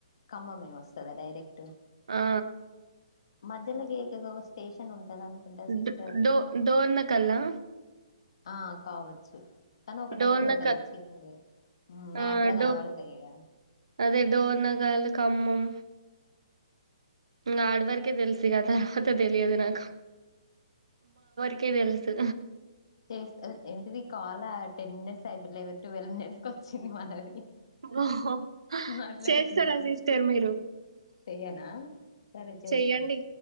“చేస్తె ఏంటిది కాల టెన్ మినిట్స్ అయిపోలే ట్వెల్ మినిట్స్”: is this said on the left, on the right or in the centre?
Left